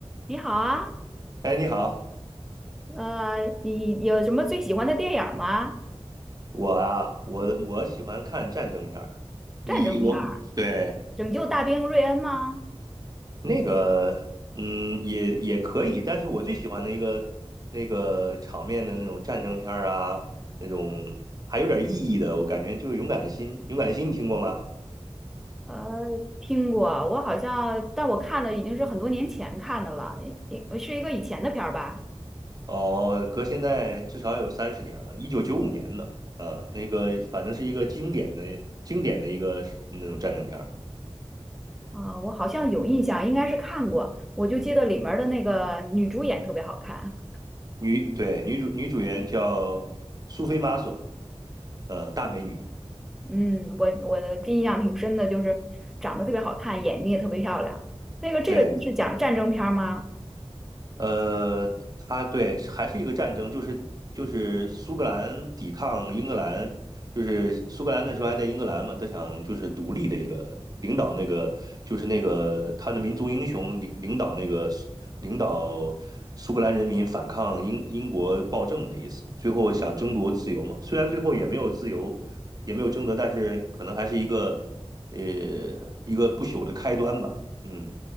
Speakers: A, in the centre; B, on the right (about 35°).
A: 你好啊，
B: 哎，你好，
A: 呃，你有什么最喜欢的电影儿吗？
B: 我啊，我我喜欢看战争片儿。你我对
A: 战争片儿拯救大兵瑞恩》吗？
B: 那个，嗯，也也可以，但是我最喜欢的一个那个场面的那种战争片儿啊，那种还有点意义的，我感觉就是《勇敢的心》。《勇敢的心》你听过吗？
A: 呃，听过，我好像，但我看的已经是很多年前看的了，一是一个以前的片儿吧。
B: 哦，隔现在至少有三十年了，一九九五年的，呃，那个反正是一个经典的经典的一个那种战争片儿。
A: 啊、我好像有印象，应该是看过。我就记得里面儿的那个女主演特别好看，
B: 女对女主女主演叫苏菲玛索，呃，大美女。
A: 嗯，我我的印象挺深的，就是长得特别好看，眼睛也特别漂亮。那个这个就是讲战争片儿吗？
B: 对，呃，他对还是一个战争，就是就是苏格兰抵抗英格兰，就是苏格兰那时候还在英格兰嘛，他想就是独立的一个领导那个就是那个他的民族英雄领领导那个领导苏格兰人民反抗英英国暴政的意思，最后想争夺自由嘛，虽然最后也没有自由，也没有争夺，但是可能还是一个呃一个不朽的开端吧，嗯，